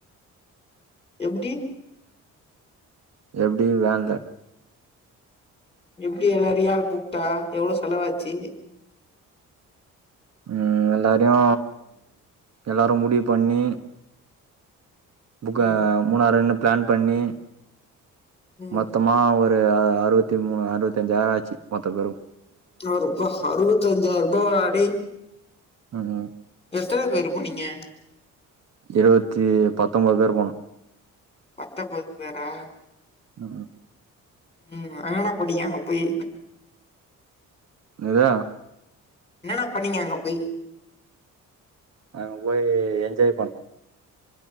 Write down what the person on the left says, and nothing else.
எப்டி
எப்டி எல்லாரு யார் கூப்டா எவ்ளோ செலவாச்சி
ம்
ம்
அ ரூப்பா அறுவத்தஞ்சாயிர ரூபாவா ஆடி
எத்தன பேரு போனிங்க
பத்தொம்போது பேரா
ம் அங்ன போனீங்க அங்போயி
என்னடா பண்ணிங்க அங்க போயி